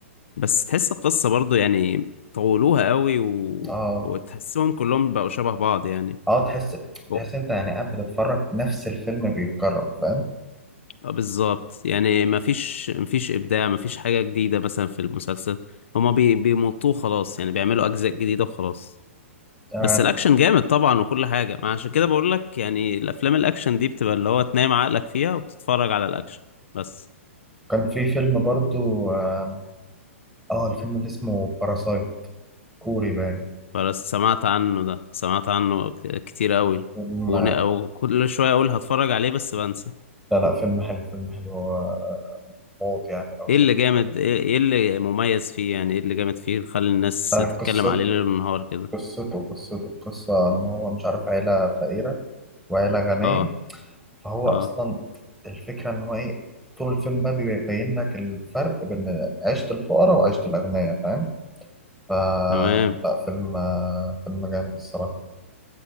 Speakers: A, on the left (about 65°); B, in the centre.
A: بس تحس القصة برضو يعني طولوها قوي و...
B: اه
A: وتحسهم كلهم بقوا شبه بعض يعني
B: اه تحس
A: هو-
B: تحس انت يعني قاعد بتتفرج نفس الفيلم بيتكرر فاهم
A: اه بالظبط يعني مفيش مفيش إبداع مفيش حاجة جديدة مثلا في المسلسل هما بي... بيمطوه خلاص يعني بيعملوا أجزاء جديدة وخلاص
B: آه
A: بس الأكشن جامد طبعا وكل حاجة ما عشان كده بقول لك يعني الأفلام الأكشن دي بتبقى اللي هو تنام عقلك فيها وتتفرج على الأكشن بس
B: كان في فيلم برضو اه آه، الفيلم اللي اسمه باراسايت كوري باين
A: بس سمعت عنه ده سمعت عنه ك- كتير قوي
B: فيلم
A: ون... وكل شوية أقول هتفرج عليه بس بنسى
B: لا لا فيلم حلو فيلم حلو آه، موت يعني لو
A: ايه
B: شفت
A: اللي جامد ايه إيه اللي مميز فيه يعني ايه اللي جامد فيه خلي الناس
B: آه
A: تتكلم
B: قصته
A: عليه ليل ونهار كده
B: قصته قصته قصة ان هو مش عارف عيلة فقيرة وعيلة غنية
A: اه
B: فهو
A: اه
B: اصلا الفكرة ان هو ايه طول الفيلم بقى بيبين لك الفرق بين عيشة الفقراء وعيشة الأغنياء فاهم؟ فلا
A: تمام
B: فيلم آه، فيلم جامد الصراحة